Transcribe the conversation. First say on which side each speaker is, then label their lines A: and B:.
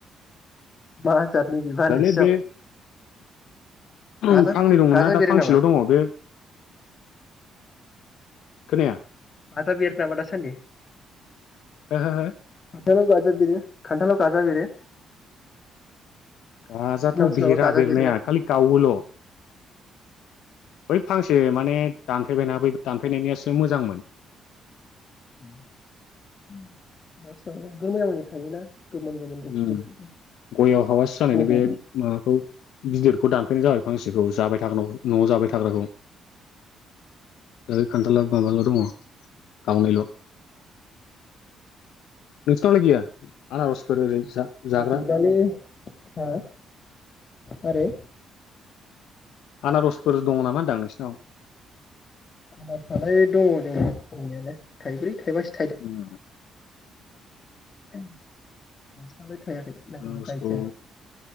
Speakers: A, on the left; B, on the left.
A: मा जादनि बिबा होन्नाय
B: ए बे उम
A: गाजा
B: फांनै दंमोन
A: गाजा
B: ना दा
A: बेरो
B: फांसेल'
A: नामा
B: दङ बे खोनाया
A: आदा बेरो नामा दा सानदि
B: हो हो हो
A: खान्थालाव गाजा बिरो खान्थालाव गाजा बेरो
B: गाजाथ'
A: सोरनावबा
B: बिरा
A: गाजा
B: बेरनाया
A: बेरोना
B: खालि गावोल' बै फांसे माने दानफैबायना बै दानफैनायनियासो मोजांमोन
A: <unintelligible> थायोना गोमोन गोमोन गुफुर
B: उम
A: गुफुर
B: गय आव हावासि जानायनि
A: गोदै
B: बे माबाखौ गिदिरखौ दानफैनाय जाबाय फांसि खौ जाबाय थागोनाव न'आव जाबाय थाग्राखौ बे खान्थाला माबाल' दङ गावनायल' नोंसोनावलाय गैया आरजफोर ओरै जाग्रा
A: गैलालै हा मारै
B: आनारसफोर दङ नामा होनदां नोंसिनाव?
A: आनारसालाय दङ जोंना दंनायालाय थाइब्रै थाइबास
B: उम
A: नोंसिनालाय थायाखै ना
B: आनारसखौ
A: गैया गायखाया